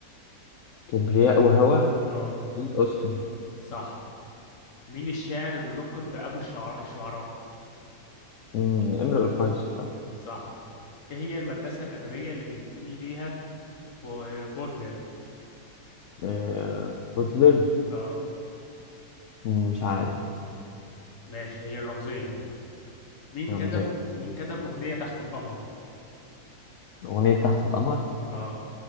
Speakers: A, on the left; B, on the left.
A: كبرياء وهوى
B: اه
A: جيل أوستن
B: صح مين الشاعر اللي لقب بأبو الشعر... الشعراء
A: مم، امرؤ القيس بتاع
B: صح إيه هي المدرسة الأدبية اللي بينتمي ليها بو- بودلر
A: آه، بوتلر
B: اه
A: مش عارف
B: ماشي هي الرمزية مين
A: رمزية
B: كتب مين كتب أغنية تحت القمر
A: أغنية تحت القمر
B: اه